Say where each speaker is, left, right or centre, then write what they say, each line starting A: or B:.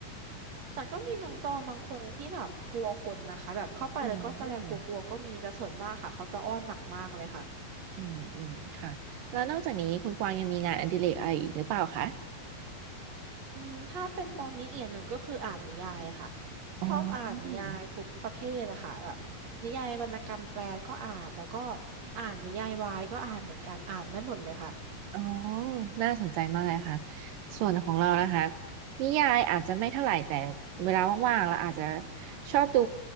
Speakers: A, on the right; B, on the right.
A: แต่ก็มีน้องจอมบางคนที่แบบกลัวคนนะคะแบบเข้าไปแล้วก็จะยังกลัวๆก็มีแต่ส่วนมากค่ะเขาจะอ้อนหนักมากเลยค่ะ
B: อืมอืมอืมค่ะแล้วนอกจากนี้คุณกวางยังมีงานอดิเรกอะไรอีกหรือเปล่าคะ
A: อืมถ้าเป็นตอนนี้เอียนหนึ่งก็คืออ่านนิยายค่ะ
B: อ๋อ
A: ชอบอ่านนิยายทุกประเภทอะค่ะแบบนิยายวรรณกรรมแปลก็อ่านแล้วก็อ่านนิยายวายก็อ่านเหมือนกันอ่านได้หมดเลยค่ะ
B: อ๋อน่าสนใจมากเลยค่ะส่วนของเรานะคะนิยายอาจจะไม่เท่าไหร่แต่เวลาว่างๆเราอาจจะชอบดู